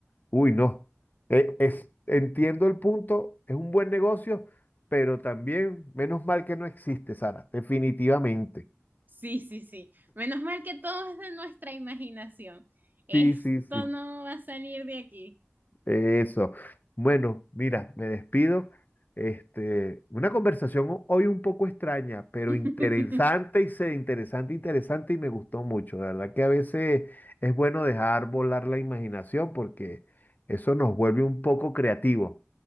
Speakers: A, on the left; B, on the right.
A: Uy, no, Eh, es, entiendo el punto, es un buen negocio, pero también menos mal que no existe, Sara, definitivamente.
B: Sí, sí, sí. Menos mal que todo es de nuestra imaginación. Esto
A: Sí, sí, sí.
B: no va a salir de aquí.
A: Eso. Bueno, mira, me despido. Este, una conversación ho- hoy un poco extraña, pero
B: <laughs>
A: interesante y se interesante, interesante y me gustó mucho. La verdad que a veces es bueno dejar volar la imaginación porque eso nos vuelve un poco creativos